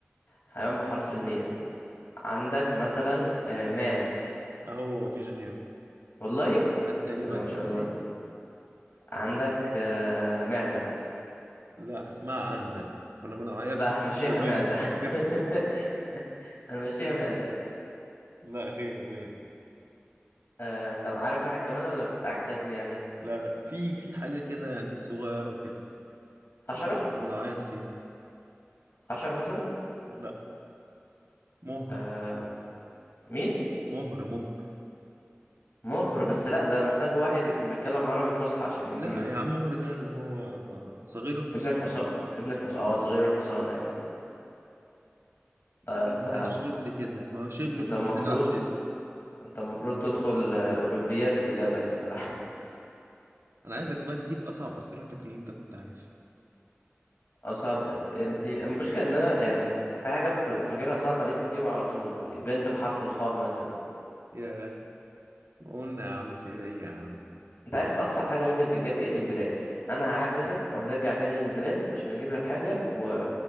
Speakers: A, on the left (about 60°); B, on the right (about 85°).
A: حيوان بحرف الميم عندك مثلا آه، ماموث
B: اهو مفيش غيره
A: والله
B: هات تاني
A: بسم
B: بقى
A: الله ما
B: كده
A: شاء
B: طيب
A: الله عندك آه، معزة
B: لا اسمها عنزة كنا بنعيط
A: لا
B: فيها
A: همشيها
B: في زمان
A: معزة
B: <laughs> كده
A: <laughs> همشيها معزة
B: لا غيره غيره
A: آه، انت عارف واحد كمان ولا بتعجزني يعني
B: لا لا في في حاجة كده يعني صغيرة كده
A: حشرة
B: برضه كنا بنعيط فيها
A: حشرة مثلا
B: لا مهر
A: آه، مين
B: مهر مهر
A: مهر بس لا ده محتاج واحد يكون بيتكلم عربي فصحى عشان
B: لا
A: يجيبه
B: يا عم مهر ده اللي هو صغير الحصان
A: ابن الحصان ابن الحصان اه صغير الحصان ايوه ايوه لا
B: يعني
A: انت
B: زي الشبل كده ما هو شبل
A: انت
B: كنا
A: المفروض
B: بنلعب شبل <laughs>
A: انت المفروض
B: كنا بنلعب
A: تدخل
B: شبل.
A: آه، اولمبياد في اللعبه دي الصراحه <laughs>
B: انا عايزك بقى تجيب اصعب اسئلتك اللي انت كنت عارفها
A: اصعب اسئلتي المشكله ان انا يعني في حاجه ببقى فاكرها صعبه عليك بتجيبها على طول زي بنت بحرف الخاء مثلا
B: ياه قولنا يا عم خيرية يا عم
A: انت عارف اصعب حاجه ممكن تتجاب ايه البلاد انا هعجزك وهنرجع تاني للبلاد عشان اجيب لك حاجه و